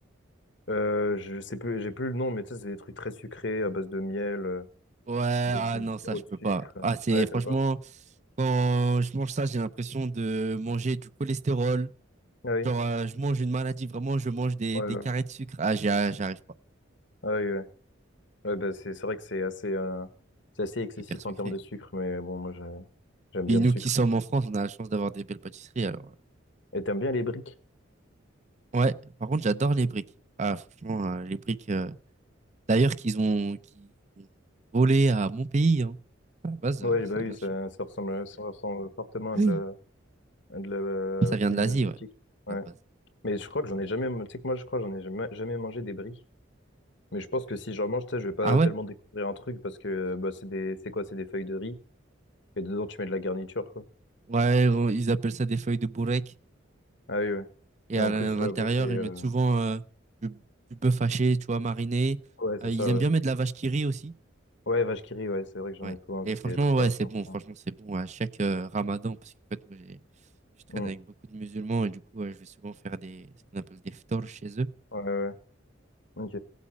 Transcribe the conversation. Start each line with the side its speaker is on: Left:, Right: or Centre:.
Left: Euh, je sais plus, j'ai plus le nom, mais tu sais, c'est des trucs très sucrés à base de miel, euh,
Right: Ouais,
Left: à base
Right: ah
Left: de
Right: non, ça
Left: sirop
Right: je
Left: de
Right: peux
Left: sucre.
Right: pas. Ah, c'est
Left: Ah ouais,
Right: franchement,
Left: t'aimes pas?
Right: quand je mange ça, j'ai l'impression de manger du cholestérol.
Left: Ah oui?
Right: Genre, euh, je mange une maladie, vraiment, je mange des,
Left: Ouais,
Right: des
Left: ouais.
Right: carrés de sucre. Ah, j'y a- j'arrive pas.
Left: Ah oui, ouais. Ouais, bah, c'est c'est vrai que c'est assez, euh, c'est assez excessif
Right: Hyper sucré.
Left: en termes de sucre, mais bon, moi j'ai- j'aime
Right: Puis
Left: bien le
Right: nous
Left: sucre.
Right: qui sommes en France, on a la chance d'avoir des belles pâtisseries. Alors,
Left: Et t'aimes bien les briques?
Right: euh, ouais, par contre, j'adore les briques. Ah, franchement, euh, les briques, euh, d'ailleurs, qu'ils ont, qu'ils ont volé à mon pays. Hein. À la base,
Left: Ouais,
Right: euh, ça
Left: bah oui,
Right: vient
Left: ça,
Right: de chez
Left: ça ressemble, ça ressemble fortement à
Right: nous.
Left: de la,
Right: <laughs>
Left: à de la euh,
Right: Ça vient
Left: cuisine
Right: de l'Asie,
Left: asiatique.
Right: ouais,
Left: Ouais.
Right: à la base.
Left: Mais je crois que j'en ai jamais. Tu sais que moi, je crois que j'en ai jamais, jamais mangé des bris. Mais je pense que si j'en mange, tu sais, je vais pas
Right: Ah ouais?
Left: tellement découvrir un truc parce que euh, bah, c'est des, c'est quoi? C'est des feuilles de riz et dedans tu mets de la garniture, quoi.
Right: Ouais, on- ils appellent ça des feuilles de bourrec.
Left: Ah oui, ouais.
Right: Et
Left: Et
Right: à
Left: en
Right: l-
Left: plus,
Right: à l'intérieur,
Left: euh, bon, c'est. euh,
Right: ils mettent souvent euh, du, du bœuf haché, tu vois, mariné.
Left: Ouais, c'est
Right: Euh, ils
Left: ça,
Right: aiment
Left: ouais.
Right: bien mettre de la vache qui rit aussi.
Left: Ouais, vache qui rit, ouais, c'est vrai que j'en
Right: Ouais.
Left: ai souvent
Right: Et
Left: vu
Right: franchement,
Left: des préparations.
Right: ouais, c'est bon. Franchement,
Left: Ouais,
Right: c'est bon à chaque euh, ramadan. Parce qu'en fait, moi, j'ai- je traîne
Left: Mm.
Right: avec beaucoup de musulmans. Et du coup, ouais, je vais souvent faire des, ce qu'on appelle des ftors chez eux.
Left: ouais, ouais. ouais. Ok.